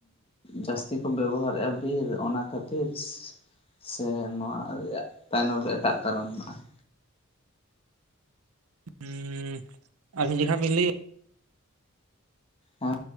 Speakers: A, on the left; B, on the right.
A: ᱡᱟᱹᱥᱛᱤ ᱠᱚ ᱵᱮᱣᱦᱟᱨᱮᱜᱼᱟ ᱵᱤᱨ ᱚᱱᱟ ᱠᱷᱟᱹᱛᱤᱨ ᱥᱮ ᱱᱚᱣᱟ ᱨᱮᱭᱟᱜ ᱛᱟᱭᱱᱚᱢ ᱨᱮ ᱮᱴᱟᱜ ᱠᱟᱨᱚᱱ ᱦᱮᱱᱟᱜᱼᱟ᱾
B: ᱦᱩᱸ ᱟᱨ ᱢᱤᱫ ᱡᱮᱠᱷᱟ ᱵᱤᱱ ᱞᱟᱹᱭᱟ
A: ᱦᱮᱸ᱾